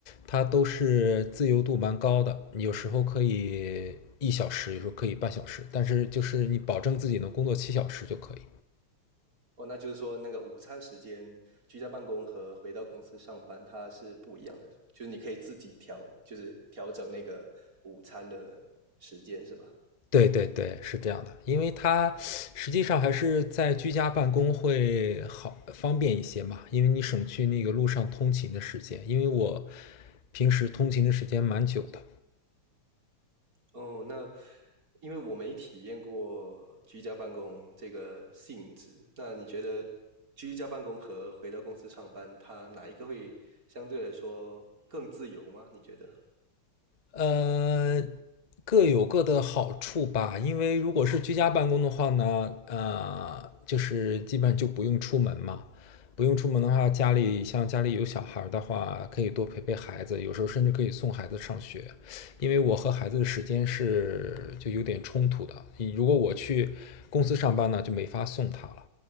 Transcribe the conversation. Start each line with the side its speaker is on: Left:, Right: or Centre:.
Left: 它都是自由度蛮高的，有时候可以一小时，有时候可以半小时，但是就是你保证自己能工作七小时就可以。
Right: 哦，那就是说那个午餐时间，居家办公和回到公司上班它是不一样的，就是你可以自己调，就是调整那个午餐的时间，是吧？
Left: 对对对，是这样的，因为它实际上还是在居家办公会好方便一些嘛，因为你省去那个路上通勤的时间，因为我平时通勤的时间蛮久的，
Right: 哦，那因为我没体验过居家办公这个性质，那你觉得居家办公和回到公司上班，它哪一个会相对来说更自由吗？你觉得？
Left: 呃，各有各的好处吧，因为如果是居家办公的话呢，呃，就是基本就不用出门嘛，不用出门的话，家里像家里有小孩儿的话，可以多陪陪孩子，有时候甚至可以送孩子上学，因为我和孩子的时间是就有点冲突的，如果我去公司上班呢，就没法送他了。